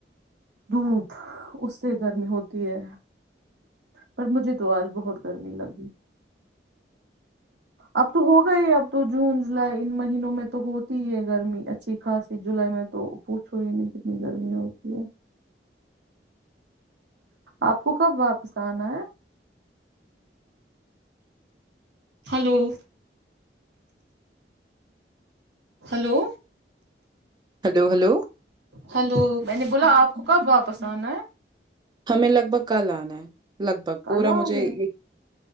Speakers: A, on the right; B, on the right.
A: دھوپ اس سے گرمی ہوتی ہے پر مجھے تو آج بہت گرمی لگی اب تو ہوگا ہی اب تو جون جولائی ان مہینوں میں تو ہوتی ہی ہے گرمی اچھی خاصی جولائی میں تو پوچھو ہی نہیں کتنی گرمی ہوتی ہے آپ کو کب واپس آنا ہے hello hello
B: hello hello
A: hello میں نے بولا آپ ب کب واپس آنیں
B: ہمیں لگ بھگ کل آنا ہے لگ بھگ پورا
A: کل آؤ
B: مجھے ایک